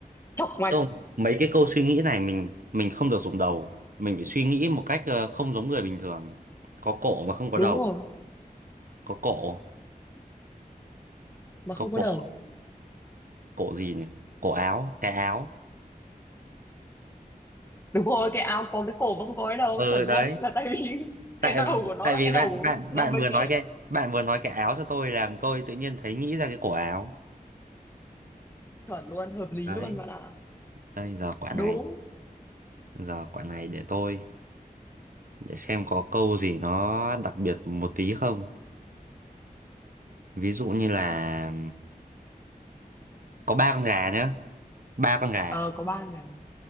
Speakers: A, on the left; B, on the right.
A: chọc ngoạch
B: Không, mấy cái câu suy nghĩ này mình mình không được dùng đầu. Mình phải suy nghĩ một cách ờ, không giống người bình thường. Có cổ mà không có
A: đúng
B: đầu.
A: rồi
B: Có cổ,
A: mà
B: có
A: không
B: cổ,
A: có đầu
B: cổ gì nhỉ? Cổ áo, cái áo.
A: đúng rồi cái áo có cái cổ mà không có cái đầu
B: Ờ
A: chuẩn
B: đấy.
A: luôn là tại vì <laughs>
B: tại
A: cái đầu của nó
B: tại
A: là
B: vì
A: cái
B: bạn
A: đầu của
B: bạn bạn
A: là mình
B: vừa nói
A: ấy
B: cái bạn vừa nói cái áo cho tôi làm tôi tự nhiên thấy nghĩ ra cái cổ áo
A: chuẩn luôn hợp lý
B: đấy
A: luôn bạn ạ
B: đây giờ quả
A: đúng
B: này giờ quả này để tôi để xem có câu gì nó đặc biệt một tí không ví dụ như là có ba con gà nhá ba con gà
A: Ờ có ba ngày